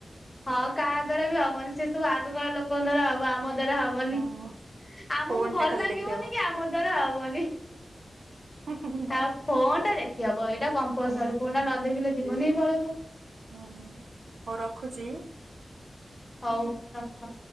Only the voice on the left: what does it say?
ହଁ କାହା ଦ୍ଵାରା ବି ହବନି ସେ ସବୁ ଆଗ କାଳ ଲୋକଙ୍କ ଦ୍ୱାରା ହବ ଆମ ଦ୍ଵାରା ହ ବନି
ଆମକୁ
ଭଲ
ଲାଗିବନି
କି ଆମ ଦ୍ଵାରା ହବନି।
ଆଉ ଫୋନଟା ଦେଖିହବ ଏଇଟା କମ୍ପଲସରୀ
ଫୋନଟା ନ ଦେଖିଲେ ଜୀବନ ହିଁ ପଳେଇବ।
ହଉ ରଖ।